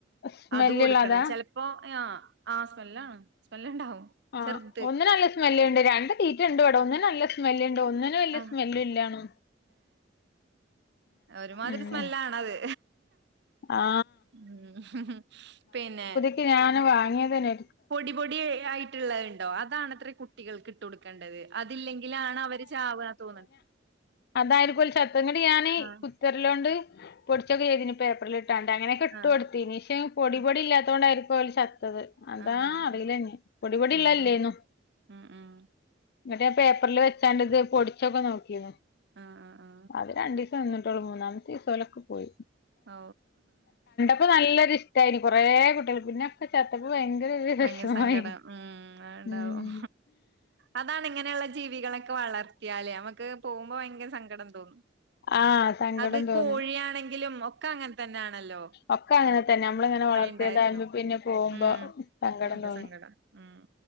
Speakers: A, on the left; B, on the right.
A: സ്മെല്ല്ള്ളതാ
B: അത് കൊടുക്കണം ചെലപ്പോ ആഹ് ആഹ് സ്മെല്ലാണ് സ്മെല്ല്ണ്ടാവും
A: ആഹ്
B: ചെറുത്
A: ഒന്ന്നല്ല സ്മെല്ല്ണ്ട് രണ്ട് തീറ്റണ്ട് ഇവിട ഒന്ന്നല്ല സ്മെല്ണ്ട് ഒന്ന് ന്നിന്നു വല്യ
B: ആ
A: സ്മെല്ല്ല്ലാണു
B: ഒരുമാതിരി
A: ഉം
B: സ്മെല്ലാണത്
A: ആ
B: ഉം പിന്നെ
A: ക്ക്യാന് വാങ്ങിയതന്നെ
B: പൊടി പൊടി ആയിട്ടുള്ളഹ്ണ്ടോ അതാണത്ര കുട്ടികൾക്ക് ട്ടൊടുക്കേണ്ടത് അതില്ലെങ്കിലാണ് അവര് ചാവ തോന്ന്
A: അതടിപൊളി ഷർട്ടന്നെ എന്നിട്ട് ഞാന്
B: ആഹ്
A: കുക്കർലോണ്ട് പൊടിച്ചൊക്കെ ചെയ്തിന് പേപ്പറിലിട്ട് കിട്ടാണ്ട് അങ്ങനേക്ക ഇട്ടുകൊടുത്തീനീ
B: ആഹ്
A: ശേ പൊടി
B: ആഹ്
A: പൊടി ഇല്ലാത്തോണ്ടായിരിക്കും ഓല് ചത്തത് അതാ
B: ആഹ് ആഹ്
A: അറില്ലാര്ന്നു പൊടി പൊടി
B: ഉം
A: ഇള്ളല്ലേന്നു.
B: ഉം ഉം ഉം.
A: എന്നിട്ട് പേപ്പറിൽ വെച്ചാണ്ട് ഇത് പൊടിച്ചൊക്കെ നോക്കീനു
B: ഉം ഉം ഉം
A: അവര് രണ്ടീസേ നിന്നിട്ടൊള്ളു മൂന്നാമത്തേസം ഓരൊക്കെ പോയി.
B: ഓ
A: ഇപ്പ നല്ലൊരു ഇഷ്ട്ടായിന് കൊറേ കുട്ടിയള് പിന്നൊക്ക ചത്തപ്പ ഭയങ്കര വെശമായി
B: ഭയങ്കര സങ്കടം ഉം അത്ണ്ടാവും
A: ഉം.
B: അതാണ് ഇങ്ങനെയുള്ള ജീവികളൊക്കെ വളർത്തിയാല് നമക്ക് പോവുമ്പോ ഭയങ്ക സങ്കടം തോന്നും
A: ആഹ് സങ്കടം
B: അത്
A: തോന്നും
B: കോഴിയാണെങ്കിലും ഒക്ക അങ്ങന തന്നാണല്ലോ
A: ഒക്ക അങ്ങന തന്നാ നമ്മള് ഇങ്ങനെ വളർത്തിയതായിര്ന്ന്
B: ഉണ്ടായിരുന്നു
A: പിന്നെ പോവുമ്പോ
B: ഉം
A: സങ്കടം
B: ഭയങ്കര
A: തോന്നും
B: സങ്കടാ ഉം